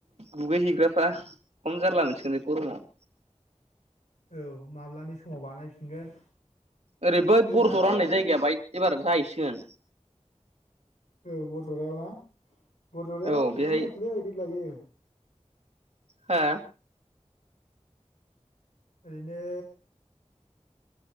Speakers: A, on the right; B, on the left.
A: दुगैहैग्राफ्रा खम जारला मोनसिगोनले गरम औ
B: औ माब्लानि समाव बानायफिनगोन
A: ओरै बै बरजरा
B: जोंना आरो
A: होननाय जायगाया बाहाय एबार जाहैसिगोन
B: औ बड'लायाव ना बर'रायाव
A: औ बेहाय
B: थांनाय जाखैलै देग लायो
A: हा
B: ओरैनो